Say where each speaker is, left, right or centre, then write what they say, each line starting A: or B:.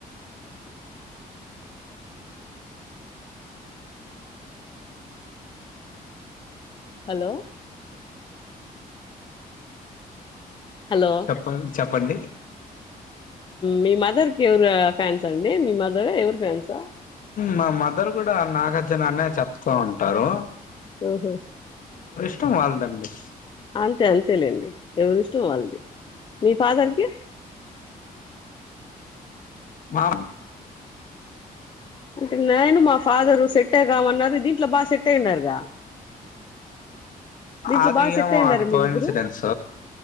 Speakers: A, on the left (about 30°); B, on the left (about 60°).
A: హలో హలో
B: చెప్పం చెప్పండి
A: మీ మదర్కి ఎవరు ఫ్యాన్స్ అండి మీ మదర్ ఎవరు ఫాన్స్
B: మా మదర్ కూడ నాగార్జున అనే చెప్తూ ఉంటారు
A: ఉహు
B: మొత్తం వాళ్ళదండి
A: అంతే అంతే లేండి ఎవరిష్టం వాళ్ళది మీ ఫాదర్కి
B: మా
A: అంటే నేను మా ఫాదరు సెట్ ఏ కామున్నారు దీంట్లో బాగా సెట్ అయ్యనన్నారుగా దీంట్లో
B: అది
A: బాగా సెట్
B: ఏమో
A: అయ్యండారు
B: అది
A: మీరిద్దరు
B: కోన్సిడెన్స్